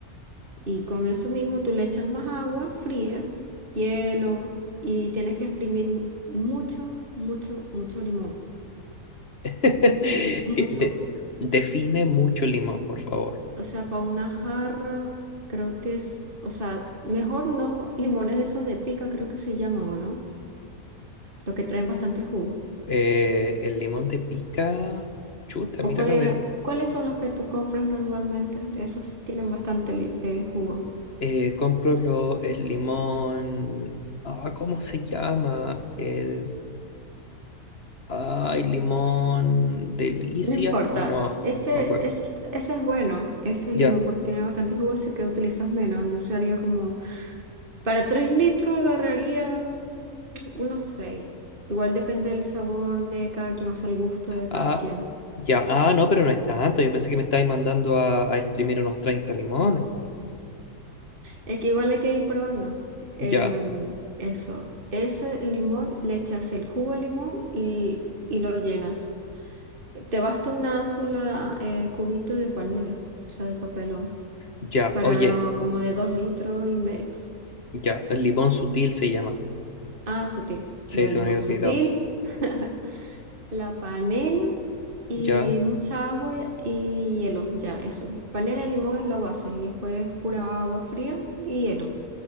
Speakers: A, on the right (about 35°); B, on the left (about 45°).
A: Y con eso mismo tú le echas más agua fría, hielo y tienes que exprimir mucho, mucho, mucho limón.
B: <laughs>
A: Mucho.
B: Que de- define mucho el limón, por favor.
A: O sea, para una jarra, creo que es, o sea, mejor unos limones de esos de pica, creo que se llaman, ¿o no? Los que traen bastante jugo.
B: Eh, el limón de pica, chuta,
A: ¿O
B: mira
A: cuál
B: la
A: era,
B: verdad
A: cuáles son los que tú compras normalmente? Esos tienen bastante li- eh, jugo.
B: Eh, compro lo- el limón, ah, ¿cómo se llama? El, ay, limón delicia,
A: No importa,
B: no,
A: ese,
B: me acuerdo.
A: ese, es- ese es bueno, ese
B: Ya,
A: limón, porque tiene bastante jugo, así que utilizas menos. Yo usaría como, para 3 litros agarraría mm, unos 6. Igual depende del sabor de cada quien, o sea, el gusto de cada
B: ah,
A: quien.
B: ya, ah, no, pero no es tanto. Yo pensé que me estabais mandando a, a exprimir unos 30 limones.
A: Es que igual hay que ir probando. Em,
B: Ya,
A: eso. Ese limón, le echas el jugo de limón y, y lo llenas. Te basta una sola eh, cubito de panela, o sea, de papelón,
B: ya,
A: para
B: oye,
A: no- como de dos litros y medio.
B: ya, el limón sutil se llama.
A: Ah, sutil.
B: Sí,
A: Ya,
B: se
A: limón
B: me había olvidado.
A: sutil, <laughs> la panela y
B: Ya.
A: mucha agua y hielo. Ya, eso. Panela y limón es la base y después pura agua fría y hielo.